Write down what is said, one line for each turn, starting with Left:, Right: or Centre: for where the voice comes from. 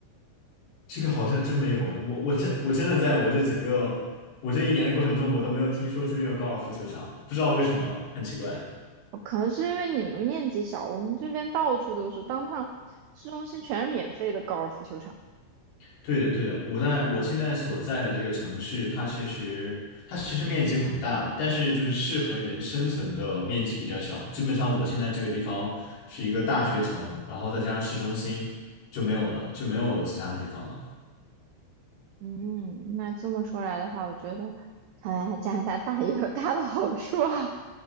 Left: 这个好像真没有哎，我我真我真的在我这整个我这一年的过程中，我都没有听说这边有高尔夫球场，不知道为什么，很奇怪。
Right: 哦可能是因为你们面积小，我们这边到处都是，当趟市中心全是免费的高尔夫球场。
Left: 对的，对的，我在我现在所在的这个城市，它其实它其实面积很大，但是就是适合人生存的面积比较小。基本上我现在这个地方是一个大学城，然后再加上市中心就没有了，就没有其他地方了。
Right: 嗯，那这么说来的话，我觉得看来加拿大大也有大的好处啊。